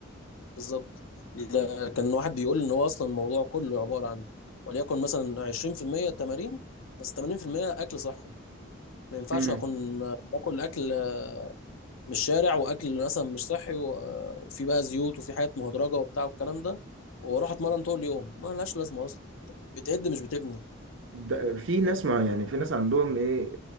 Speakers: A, on the left; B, on the right.
A: بالظبط لا، كان واحد بيقول ان هو اصلا الموضوع كله عباره عن وليكن مثلا 20% تمارين بس 80% اكل صحي ما ينفعش
B: امم
A: اكون آه، باكل اكل آه، من الشارع واكل مثلا مش صحي و- آه، وفي بقى زيوت وفي حاجات مهدرجه وبتاع والكلام ده واروح اتمرن طول اليوم ما لهاش لازمه اصلا أنت بتهد مش بتبني
B: ده في ناس مع يعني في ناس عندهم إيه